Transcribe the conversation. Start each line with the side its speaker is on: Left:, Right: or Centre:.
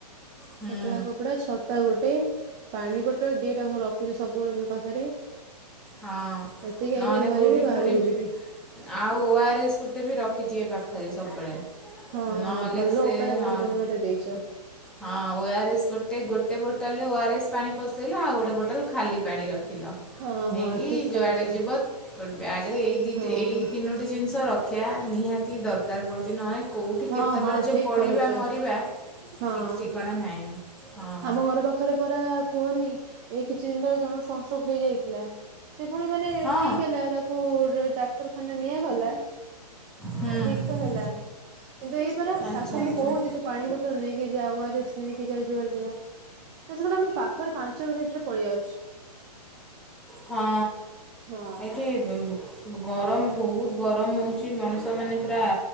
Centre: ହୁଁ
Right: ପତଳା କପଡା, ଛତା ଗୋଟେ, ପାଣି ବଟ ମାତ୍ର ଦିଟା ମୁଁ ରଖୁଛି ସବୁବେଳେ ମୋ ପାଖରେ।
Centre: ହଁ
Right: ଏତିକି
Centre: ନହେଲେ
Right: ଆଗେ ଧରିବି
Centre: କେଉଁଠି
Right: ବାହାରକୁ
Centre: ପୁଣି
Right: ଯିବି।
Centre: ଆଉ ଓ ଆର୍ ଏସ ଗୋଟେ ବି ରଖିଥିବେ ପାଖରେ ସବୁବେଳେ।
Right: ହଁ-
Centre: ନହେଲେ
Right: ହଁ ଭଲ
Centre: ସେ
Right: ଉପାୟ ଭଉଣୀ
Centre: ହଁ
Right: ତମେ ମତେ ଦେଇଚ।
Centre: ହଁ ଓ ଆର୍ ଏସ ଗୋଟେ ଗୋଟେ ବୋଟଲରେ ଓ ଆର୍ ଏସ ପାଣି ପଶେଇଲ, ଆଉ ଗୋଟେ ବୋଟଲ ଖାଲି ପାଣି ରଖିଲ।
Right: ହଁ
Centre: ନେଇକି
Right: ହଁ ଠିକ
Centre: ଯୁଆଡେ
Right: କହିଛ
Centre: ଯିବ ବ୍ୟାଗରେ ଏଇ ଦିଇ
Right: ହଁ
Centre: ତି ଏଇ ତିନୋଟି ଜିନିଷ ରଖିଆ, ନିହାତି ଦର ଦରକାର ପଡୁଛି, ନହେଲେ କୋଉଠି
Right: ହଁ
Centre: କେତେବେଳେ
Right: ହଁ
Centre: ଯେ
Right: ଠିକ
Centre: ପଡିବା
Right: କହିଛ
Centre: ମରିବା
Right: ହଁ
Centre: ଠିକ୍ ଠିକଣା ନାହିଁ। ହଁ
Right: ଆମ ଘର ପାଖରେ ପରା କୁହନି, ଏଇ କିଛି ଦିନ ତଳେ ଜଣ କୁ ସଂଷ୍ଟୋକ ହେଇଯାଇଥିଲା। ସେ ପୁଣି ମାନେ
Centre: ହଁ
Right: ଠିକ୍ ହେଲା, ତାକୁ ଡାକ୍ତରଖାନା ନିଆଗଲା।
Centre: ହୁଁ
Right: ଠିକ୍ ତ ହେଲା, କିନ୍ତୁ ଏଇପରା
Centre: ଆଚ୍ଛା
Right: ତାକୁ
Centre: ଆଚ୍ଛା।
Right: ମୁଁ କହୁଚି ତୁ ପାଣି ବୋଟଲ ନେଇକି ଯାଉ ଓ ଆର ଏସ ନେଇକି ଯା ଯୁଆଡେ ଯା ନା ସେ କହିଲା ମୋ ପାଖରେ ପାଞ୍ଚ ମିନିଟ ରେ ପଳେଇ ଆସୁଛି।
Centre: ହଁ
Right: ହଁ
Centre: ଏଇଠି ବେ ବ ଗରମ୍ ବହୁତ୍ ଗରମ୍ ହୋଉଛି ମଣିଷମାନେ ପୁରା